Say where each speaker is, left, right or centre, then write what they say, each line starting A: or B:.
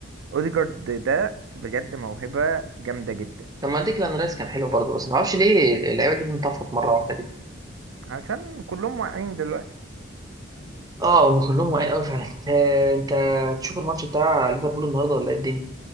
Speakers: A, on the right; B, on the right.
A: اوديجارد ده بجد موهبه جامده جدا
B: طب ما ديكلان رايس كان حلو برضه بس ما اعرفش ليه اللعيبه دي انطفت مره واحده كده
A: علشان كلهم واقعين دلوقتي
B: اه هم كلهم واقعين قوي فعلا آه، انت تشوف الماتش بتاع ليفربول النهارده ولا ايه الدنيا